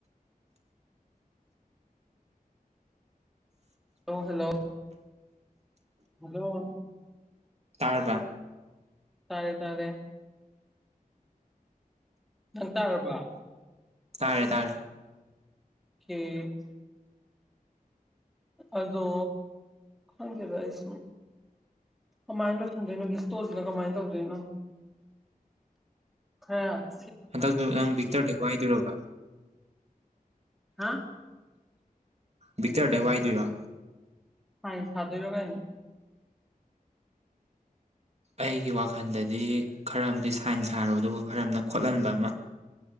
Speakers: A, in the centre; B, on the right (about 45°).
A: ꯍꯜꯂ ꯍꯜꯂꯣ ꯍꯜꯂꯣ
B: ꯇꯥꯔꯕ
A: ꯇꯥꯔꯦ ꯇꯥꯔꯦ ꯅꯪ ꯇꯥꯔꯕ
B: ꯇꯥꯔꯦ ꯇꯥꯔꯦ
A: ꯀ <unintelligible> <inaudible> ꯑꯗꯣ ꯈꯪꯒꯦꯕꯥꯏꯁꯨꯨ ꯀꯃꯥꯏꯅ ꯇꯗꯅꯣ ꯍꯤꯁꯇ ꯍꯧꯖꯤꯅ ꯀꯃꯥꯏꯅ ꯇꯧꯗꯅꯣ ꯑ <unintelligible> <inaudible>
B: ꯍꯟꯗꯛꯁꯨ ꯅꯪ ꯕꯤꯛꯇꯔꯗꯏꯗꯣꯏꯔꯕ
A: ꯑ <unintelligible> <inaudible>
B: ꯕꯤꯛꯇꯛꯇꯔꯗ ꯋꯥꯏꯗꯌꯨꯔ
A: ꯍꯥꯏꯁꯗꯣꯏ ꯂꯣꯒꯥꯏꯅ
B: ꯑꯩꯒꯤ ꯋꯥꯈꯜꯗꯗꯤ ꯈꯔ ꯑꯃꯗꯤ ꯁꯥꯏꯟ ꯍꯥꯏꯔꯣ ꯑꯗꯨꯒ ꯈꯔ ꯑꯃꯅ ꯈꯣꯠꯍꯟꯕ ꯑꯃ